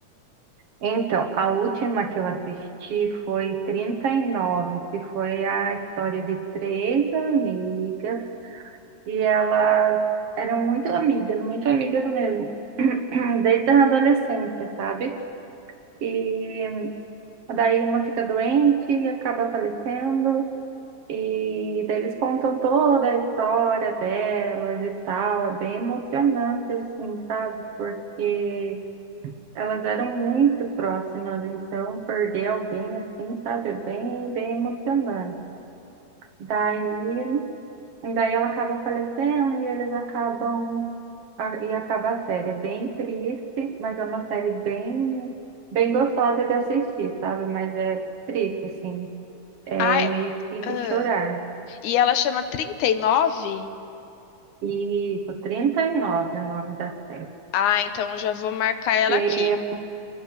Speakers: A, on the right; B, on the left.
A: Então, a última que eu assisti foi 39, que foi a história de três amigas, e elas eram muito amigas, muito amigas mesmo, <clears throat> desde a adolescência, sabe? E daí uma fica doente e acaba falecendo, e daí eles contam toda a história delas e tal, é bem emocionante, assim, sabe? Porque elas eram muito próximas, então perder alguém assim, sabe, é bem, bem emocionante. Daí, daí ela acaba falecendo e eles acabam a- e acaba a série. É bem triste, mas é uma série bem, bem gostosa de assistir, sabe? Mas é triste, assim. É
B: Ai,
A: meio que
B: ah,
A: de chorar.
B: e ela chama Trinta e Nove.
A: E isso, 39 o nome da série.
B: Ah, então já vou marcar ela
A: E-
B: aqui.